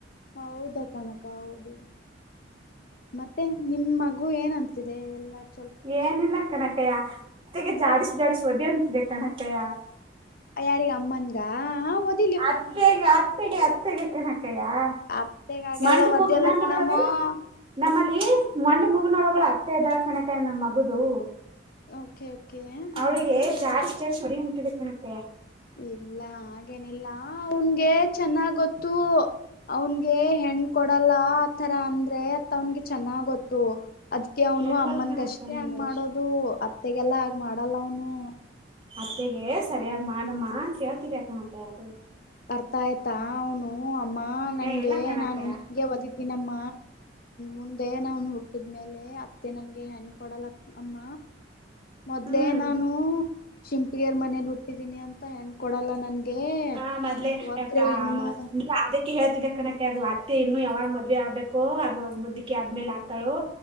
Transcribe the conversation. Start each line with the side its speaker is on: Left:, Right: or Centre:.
Left: ಹೌದು ಕನಕ ಹೌದು. <inaudible> ಮತ್ತೆ ನಿಮ್ಮ ಮಗು ಏನ್ ಅಂತಿದೆ ಎಲ್ಲ <inaudible>
Right: ಏನಿಲ್ಲ ಕಣಕಯ್ಯ ಮೇತ್ತೆಗೆ ಜಾಡಿಸ್ ಜಾಡಿಸ್ ಓದಿಯೋದ ಇದೆ ಕಣಕ್ಕಯ್ಯ. <inaudible>
Left: ಯಾರಿಗ ಅಮ್ಮನಗಾ ಹಾ ಓ <inaudible>
Right: ಅತ್ತೆಗೆ ಅತ್ತೆಗೆ ಅತ್ತೆಗೆ ಕಣಕ್ಕಯ್ಯ. <inaudible>
Left: ಅತ್ತೆಗ ಹಾಗೆಲ್ಲ
Right: ಮಂಡು
Left: ಒದೆಲ್ಲ
Right: ಮೂಗು ನಮ್ಮಳು
Left: ಕಣಮ್ಮೋ? <inaudible>
Right: ನಮ್ಮಲ್ಲಿ ಮಂಡ್ ಮುಗನೊಳ ಒಬ್ಬ ಅತ್ತೆ ಇದ್ದಾಳೆ ಕಣಕಯ್ಯ ನಮ್ಮ ಮಗುದು. <inaudible>
Left: ಓಕೆ ಓಕೆ ಹಾ
Right: ಅವಳಿಗೆ ಜಾಡ್ಸ್ ಜಾಡ್ಸ್ ಹೊಡಿ ಯಂಗ್ ಅಂತಿದೆ ಕಣಕಯ್ಯ. <inaudible>
Left: ಇಲ್ಲ ಹಾಗೇನಿಲ್ಲ ಅವನ್ಗೆ ಚೆನ್ನಾಗ ಗೊತ್ತು. <inaudible> ಅವನಗೆ ಹೆಣ್ ಕೊಡಲ್ಲ ಆತರ ಅಂದ್ರೆ ಅತ್ತ ಅವನ್ಗೆ ಚೆನ್ನಾಗಿ ಗೊತ್ತು. <inaudible> ಅದಕ್ಕೆ ಅವನು
Right: ಏನ್
Left: ಅಮ್ಮನ್ಗಷ್ಟೇ
Right: ಗೊತ್ ಕಣಕ್ಕ ನಿಂಗೆ
Left: ಹಂಗ ಮಾಡೋದು ಅತ್ತೆಗೆಲ್ಲ ಹಂಗ ಮಾಡಲ್ಲ ಅವನು <inaudible>
Right: ಅತ್ತೆಗೆ ಸರಿಯಾಗಿ ಮಾಡಮ್ಮ ಅಂತ ಹೇಳ್ತಿದೆ ಕಣಕಯ್ಯ ಅದು <inaudible>
Left: ಬರ್ತಾ ಆಯ್ತಾ ಅವನು ಅಮ್ಮ ನನ್ಗೆ
Right: ಏ ಇಲ್ಲ ಕಣಕ್ಕಯ್ಯ
Left: ನಾನು ನಿಂಗೆ ಒಓದಿ. ನಮ್ಮ ಮುಂದೆ ನಾವನ್ ಹುಟ್ಟಿದ್ಮೇಲೆ ಅತ್ತೆ ನನ್ಗೆ ಹೆಣ್ ಕೊಡಲ. ಅಮ್ಮ ಮೊದ್ಲೇ
Right: ಹ್ಮ್
Left: ನಾನು. ಶಿಂಪಗೇರ್ ಮನೇಲಿ ಹುಟ್ಟಿದೀನಿ ಅಂತ ಹೆಣ್ ಕೊಡಲ್ಲ ನನ್ಗೆ.
Right: ಹ ಮದ್ಲೆೇ
Left: ಇನ್ನು ಒದ್ರೆ
Right: ಅಅ
Left: ಇನ್ನು
Right: ಅದೇ. ಹೇಳ್ತಿದ್ದ ಕಣಕ ಅದು ಅತ್ತೆ ಇನ್ನು ಯಾವಾಗ ಮದ್ವೆ ಆಗ್ಬೇಕೋ ಆ ಮುದ್ದುಕಿ ಆದ್ಮೇಲೆ ಆತಾಳೋ.